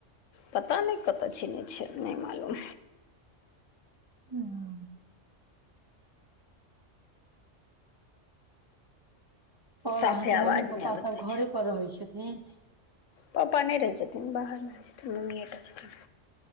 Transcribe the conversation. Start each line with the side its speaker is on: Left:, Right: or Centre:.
Left: पता नै कतऽ छै नै छै, नै मालूम।
Right: हुं। और
Left: साफे
Right: अहाँ के
Left: आवाज
Right: मम्मी पप्पा
Left: नहि आबैत
Right: सब
Left: रहै
Right: घरे पर रहै छथिन।
Left: पप्पा नै रहै छथिन बाहर मे रहै छथिन, मम्मीये टा रहै छथिन।